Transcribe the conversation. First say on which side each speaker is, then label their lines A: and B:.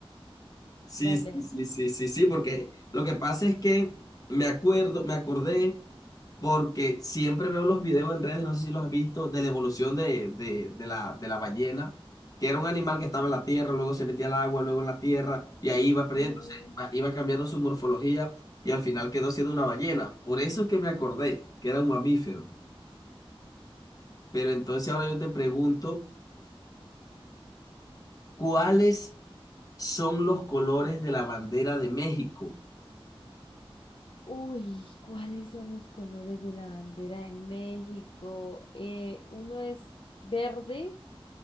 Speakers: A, on the left (about 40°); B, on the left (about 60°).
A: Sí,
B: Dale.
A: sí, sí, sí, sí, sí, porque lo que pasa es que me acuerdo, me acordé, porque siempre veo los videos en redes, no sé si los has visto, de la evolución de, de, de la, de la ballena, que era un animal que estaba en la tierra, luego se metía al agua, luego en la tierra, y ahí iba perdiendo,
B: Mm,
A: o sea, iba iba cambiando su morfología y al final quedó siendo una ballena. Por eso es que me acordé que era un mamífero. Pero entonces ahora yo te pregunto, ¿cuáles son los colores de la bandera de México?
B: Uy, ¿cuáles son los colores de la bandera de México? Eh, uno es verde,